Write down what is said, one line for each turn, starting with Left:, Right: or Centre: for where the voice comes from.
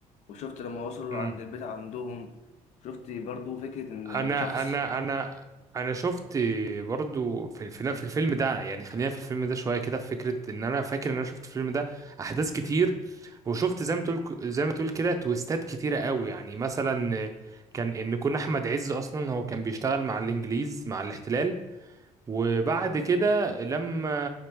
Left: وشفت لما وصلوا
Right: مم.
Left: عند البيت عندهم شفت برضو فكرة إن
Right: انا
Left: شخص
Right: انا انا انا شفت برضو في في في الفيلم ده يعني خلينا في الفيلم ده شويه كده في فكره ان انا فاكر ان انا شفت الفيلم ده احداث كتير وشفت زي ما تقول زي ما تقول كده تويستات كتيره قوي يعني مثلا كان ان كنا احمد عز اصلا هو كان بيشتغل مع الانجليز مع الاحتلال وبعد كده لما